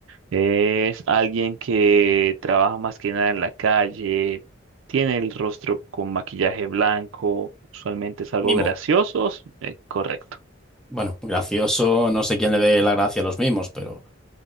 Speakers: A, on the right; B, in the centre.
A: Es alguien que trabaja más que nada en la calle, tiene el rostro con maquillaje blanco, usualmente es algo
B: Mimo.
A: gracioso, eh, correcto.
B: Bueno, gracioso, no sé quién le dé la gracia a los mimos, pero...